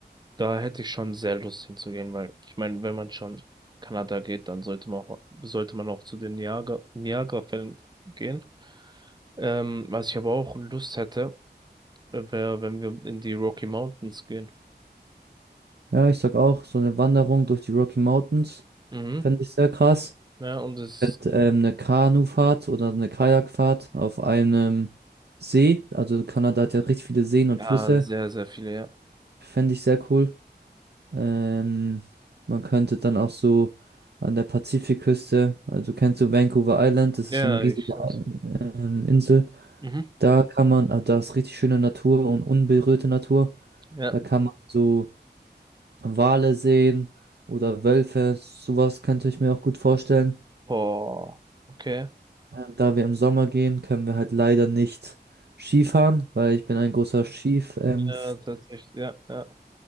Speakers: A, on the right; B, on the right.
A: Da hätte ich schon sehr Lust hinzugehen, weil ich meine, wenn man schon Kanada geht, dann sollte man auch, sollte man auch zu den Niagara, Niagara-Fällen gehen. Ähm, was ich aber auch Lust hätte, wäre, wenn wir in die Rocky Mountains gehen.
B: ja, ich sag auch, so eine Wanderung durch die Rocky Mountains.
A: Mhm.
B: fände ich sehr krass.
A: Ja, und es,
B: Und, ähm, eine Kanufahrt oder eine Kajakfahrt auf einem See. Also Kanada hat ja richtig viele Seen und
A: ja,
B: Flüsse.
A: sehr, sehr viele, ja.
B: Fände ich sehr cool. Ähm, man könnte dann auch so an der Pazifikküste, also kennst du Vancouver Island, das
A: Ja,
B: ist so eine riesige
A: ich kann's.
B: ähm, Insel.
A: Mhm.
B: Da kann man, ah, da ist richtig schöne Natur und unberührte Natur.
A: Ja.
B: Da kann man so Wale sehen oder Wölfe. Sowas könnte ich mir auch gut vorstellen.
A: Boah, okay.
B: Äh, Da wir im Sommer gehen, können wir halt leider nicht Skifahren, weil ich bin ein großer Skif-Fan,
A: Ja, tatsächlich, ja, ja.